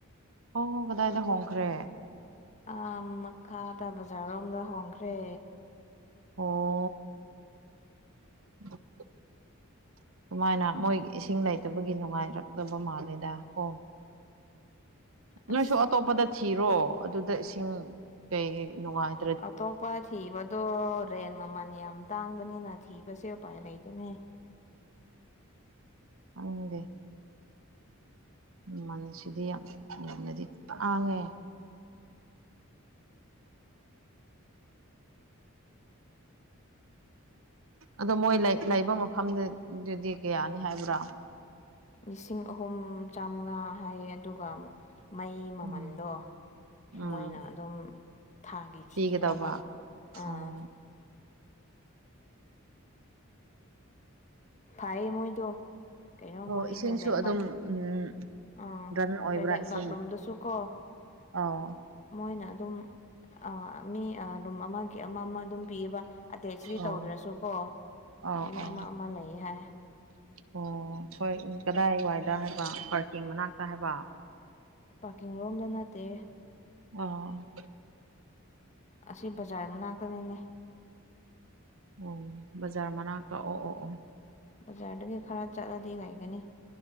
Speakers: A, on the right; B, on the left.
A: ꯍꯣ ꯍꯣ ꯀꯗꯥꯏꯗ ꯍꯣꯡꯈ꯭ꯔꯦ
B: ꯑꯥ ꯃꯈꯥꯗ ꯕꯖꯥꯔꯔꯣꯝꯗ ꯍꯣꯡꯈ꯭ꯔꯦ
A: ꯑꯣ <unintelligible> ꯁꯨꯃꯥꯏꯅ ꯃꯣꯏꯒꯤ ꯏꯁꯤꯡ ꯂꯩꯇꯕꯒꯤ ꯅꯨꯡꯉꯥꯏꯔꯛꯇꯕ ꯃꯥꯜꯂꯦꯗ ꯀꯣ ꯅꯣꯏꯁꯨ
B: ꯑꯁ
A: ꯑꯇꯣꯞꯄꯗ ꯊꯤꯔꯣ ꯑꯗꯨꯗ ꯏꯁꯤꯡ ꯀꯩ ꯅꯨꯡꯉꯥꯏ
B: ꯑꯇꯣꯞꯄ ꯊꯤꯕꯗꯣ ꯇ꯭ꯔꯦꯟ ꯃꯃꯟ ꯌꯥꯝ ꯇꯥꯡꯕꯅꯤꯅ ꯊꯤꯕꯁꯦ ꯎꯄꯥꯏ ꯂꯩꯇꯦꯅꯦ
A: ꯑꯩꯪꯗꯦ ꯃꯟꯁꯤꯗꯤ ꯌꯥꯝ ꯌꯥꯝꯅꯗꯤ ꯇꯥꯡꯉꯦ ꯑꯗꯣ ꯃꯣꯏ ꯂꯩ ꯂꯩꯕ ꯃꯐꯝꯗ ꯗꯨꯗꯤ ꯀꯌꯥꯅꯤ ꯍꯥꯏꯕ꯭ꯔꯥ
B: ꯂꯤꯁꯤꯡ ꯑꯍꯨꯝ ꯆꯥꯝꯃꯉꯥ ꯍꯥꯏꯌꯦ ꯑꯗꯨꯒ ꯃꯩ ꯃꯃꯟꯗꯣ
A: ꯎꯝ ꯎꯝ
B: ꯃꯣꯏꯅ ꯑꯗꯨꯝ ꯊꯥꯒꯤ ꯊꯤꯒꯗꯕ
A: ꯄꯤꯒꯗꯧꯕ
B: ꯑꯥ
A: ꯑꯣ
B: ꯐꯥꯏꯌꯦ ꯃꯣꯏꯗꯣ ꯀꯩꯅꯣ
A: ꯑꯣ
B: ꯃꯣꯏ
A: ꯏꯁꯤꯡꯁꯨ
B: ꯇꯣꯏꯂꯦꯠ
A: ꯑꯗꯨꯝ
B: ꯕꯥꯠ
A: ꯎꯝ
B: ꯑꯥ
A: ꯗꯟ ꯑꯣꯏꯕ꯭ꯔꯥ
B: ꯇꯣꯏꯂꯦꯠ
A: ꯏꯁꯤꯡ
B: ꯕꯥꯠꯔꯨꯝꯗꯨꯁꯨ ꯀꯣ
A: ꯑꯥꯎ
B: ꯃꯣꯏꯅ ꯑꯗꯨꯝ ꯑꯥ ꯃꯤ ꯑ ꯔꯨꯝ ꯑꯃꯒꯤ ꯑꯃ ꯑꯃ ꯗꯨꯝ ꯄꯤꯌꯦꯕ ꯑꯇꯦꯠꯁꯇꯤ
A: ꯑꯣ
B: ꯇꯧꯗ꯭ꯔꯁꯨꯀꯣ
A: ꯑꯣ
B: ꯑꯗꯨꯝ
A: ꯑꯣ
B: ꯑꯃ ꯑꯃ ꯂꯩꯌꯦ ꯍꯥꯏ
A: ꯑꯣ ꯍꯣꯏ ꯀꯗꯥꯏ ꯋꯥꯏꯗ ꯍꯥꯏꯕ ꯄꯥꯔꯀꯤꯡ ꯃꯅꯥꯛꯇ ꯍꯥꯏꯕ
B: ꯄꯥꯔꯀꯤꯡ ꯔꯣꯝꯗ ꯅꯠꯇꯦ
A: ꯑꯣ
B: ꯑꯁꯤ ꯕꯖꯥꯔ ꯃꯅꯥꯛꯇꯅꯤꯅꯦ
A: ꯑꯣ ꯕꯖꯥꯔ ꯃꯅꯥꯛꯇ ꯑꯣ ꯑꯣ ꯑꯣ
B: ꯕꯖꯥꯔꯗꯒꯤ ꯈꯔ ꯆꯠꯂꯗꯤ ꯂꯩꯒꯅꯤ